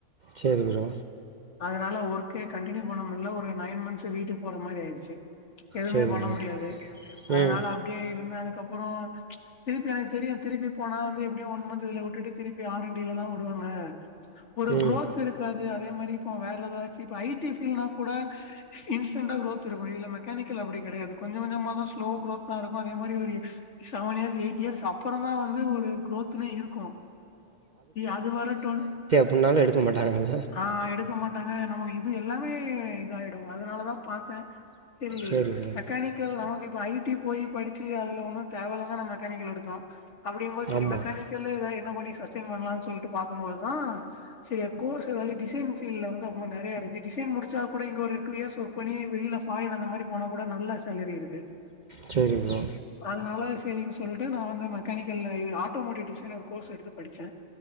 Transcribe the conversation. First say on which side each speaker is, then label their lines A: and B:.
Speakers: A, on the right; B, on the left.
A: சேரி ப்ரோ
B: அதனால ஒர்க்கே கண்டினியூ பண்ண முடில ஒரு நைன் மந்த்ஸு வீட்டுக்கு போற மாரி ஆயிருச்சு எதுவுமே
A: சரி
B: பண்ண
A: ப்ரோ
B: முடியாது அதனால
A: ம்
B: அப்டியே இருந்து அதுக்கப்புற திருப்பி எனக்கு தெரியு திருப்பி போனா வந்து எப்டியு ஒன் மந்த் இதுல விட்டுட்டு திருப்பி ஆர்அன்டில தா வுடுவாங்க ஒரு
A: ம்
B: குரோத் இருக்காது அதே மாரி இப்போ வேற ஏதாது ஆச்சு இப்ப ஐடி ஃபீல்னாக் கூட இன்ஸ்டன்ட்டா குரோத் இருக்கு இதுல மெக்கானிக்கல் அப்டி கெடையாது கொஞ்ச கொஞ்சமா மா ஸ்லோ குரோத்தா இருக்கும அதே மாதிரி ஒரு செவன் இயர்ஸ் எயிட் இயர்ஸ் அப்புற தா வந்து ஒரு க்ரோத்துன்னே இருக்கு அது வரட்டுன்
A: புன்னாலு எடுக்க மாட்டாங்கள
B: ஆ எடுக்க மாட்டாங்க நமக்கு இது எல்லாமே இதாயிடு அதுனாலதா பாத்தே சேரி
A: சரி ப்ரோ
B: மெக்கானிக் க்கல் நமக்கு இப்ப ஐடி போய் படிச்சு அதுல ஒன்னு தேவ இல்லன் தா நான் மெக்கானிக்கல் எடுத்தோ அப்டிம் போது சேரி
A: ஆமாம்
B: மெக்கானிக்கல்ல ஏதா என்ன பண்ணி சஸ்டெயின் பண்ணலான் சொல்ட்டு பாக்கும்போதுதா சேர் கோர்ஸ் எதாவது டிசைன் ஃபீல்ல வந்து அம்மா நெறையா இருக்கு டிசைன் முடிச்சா கூட இங்க ஒரு டூ இயர்ஸ் ஒர்க் பண்ணி வெளில ஃபாரின் அந்த மாரி போனா கூட நல்ல சேலரி இருக்கு
A: செரி ப்ரோ
B: அதனால சரின்னு சொல்லிட்டு நா வந்து மெக்கானிக்கல்ல இது ஆட்டோமோட்டிவ் டிசைனர் கோர்ஸ் எடுத்து படிச்சே